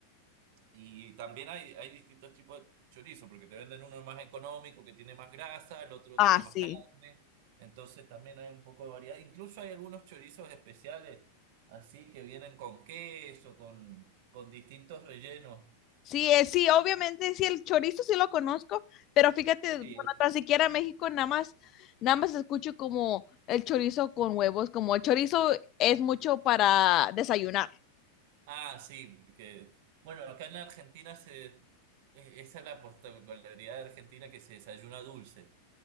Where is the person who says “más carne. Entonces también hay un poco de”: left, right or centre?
Right